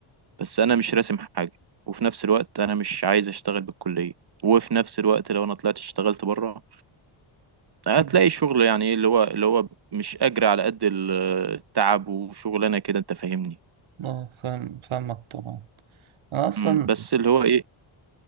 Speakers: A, on the right (about 50°); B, on the right (about 75°).
A: بس انا مش راسم حاجة وفي نفس الوقت انا مش عايز اشتغل بالكلية وفي نفس الوقت لو انا طلعت اشتغلت بره هتلاقي
B: مم.
A: شغل يعني ايه اللي هو اللي هو مش اجري على قد ال- التعب وشغلانة كده انت فاهمني
B: اه فاهم فاهمك طبعا أنا أصلا
A: مم، بس اللي هو ايه